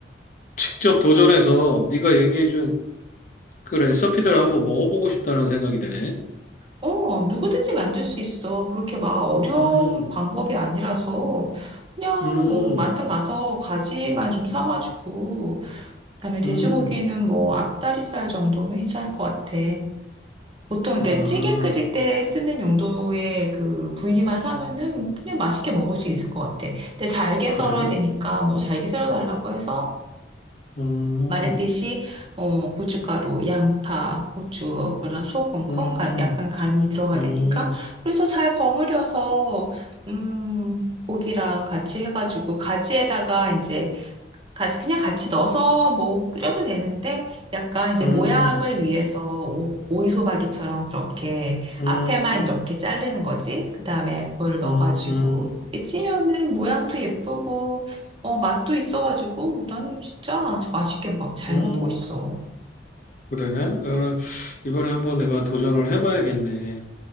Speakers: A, on the left; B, on the right.
A: 직접 도전해서 네가 얘기해준 그 레시피대로 한번 먹어보고 싶다는 생각이 드네.
B: 어, 누구든지 만들 수 있어. 그렇게 막 어려운
A: 음,
B: 방법이 아니라서 그냥
A: 음,
B: 뭐 마트 가서 가지만 좀 사가지고 그다음에 돼지고기는
A: 음,
B: 뭐 앞다리살 정도면 괜찮을 것 같아. 보통 이렇게
A: 아,
B: 찌개 끓일 때 쓰는 용도의 그 부위만 사면은 그냥 맛있게 먹을 수 있을 것 같아. 근데 잘게
A: 그래?
B: 썰어야 되니까 뭐 잘게 썰어달라고 해서
A: 음,
B: 말했듯이 어, 고춧가루, 양파, 고추, 그런 소금, 콩,
A: 음,
B: 간, 약간 간이 들어가
A: 음,
B: 되니까 그래서 잘 버무려서 음, 고기랑 같이 해가지고 가지에다가 이제 같이 그냥 같이 넣어서 뭐 끓여도 되는데 약간 이제
A: 음,
B: 모양을 위해서 오, 오이소박이처럼 그렇게
A: 음,
B: 앞에만 이렇게 자르는 거지. 그다음에 그거를 넣어가지고
A: 음, 음,
B: 이렇게 찌면은 모양도 예쁘고 어 맛도 있어가지고 나는 진짜 맛있게 막 잘
A: 음,
B: 먹고 있어.
A: 그래? 어, 이번에 한번 내가 도전을 해봐야겠네.